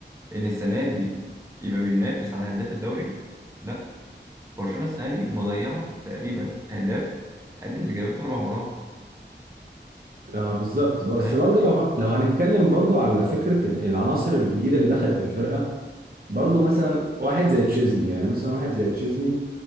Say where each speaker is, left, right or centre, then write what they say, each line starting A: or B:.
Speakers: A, on the right; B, on the right.
A: ان السنه دي يبقى بينافس على هداف الدوري لا برشلونه السنه دي مضيعه تقريبا اهداف قد اللي جابتها اربع مرات
B: اه بالظبط بس
A: فاهمني
B: برضو لو لو هنتكلم برضو على فكره ال- العناصر الجديده اللي دخلت الفرقه برضو مثلا واحد زي تشيزني يعني مثلا واحد زي تشيزني